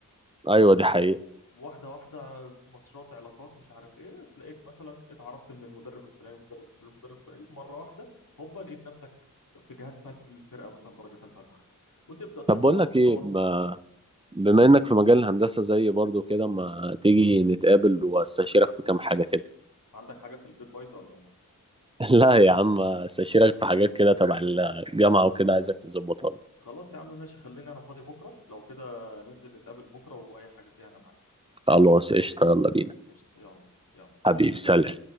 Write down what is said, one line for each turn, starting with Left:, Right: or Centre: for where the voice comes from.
Right: ايوه دي حقيقة
Left: واحدة واحدة ماتشات علاقات مش عارف ايه تلاقيك مثلا اتعرفت من المدرب الفلاني المدرب الفلاني المدرب الفلاني مرة واحدة هوبا لقيت نفسك في جهاز فني للفرقة مثلا درجة ثالثة ولا حاجة وتبدأ تتطور
Right: طب بقول لك
Left: تتطور
Right: ايه ما
Left: تتطور
Right: بما انك في مجال الهندسة زيي برضو كده ما تيجي نتقابل واستشيرك في كام حاجة كده
Left: عندك حاجة في البيت بايظة ولا ايه
Right: <laughs> لا يا عم استشيرك في حاجات كده تبع الجامعة وكده عايزك تظبطها لي
Left: خلاص يا عم ماشي خليني انا فاضي بكرة لو كده ننزل نتقابل بكرة واي حاجة فيها انا معاك
Right: خلاص قشطة يلا بينا
Left: قشطة يلا يلا سلام
Right: حبيبي سلام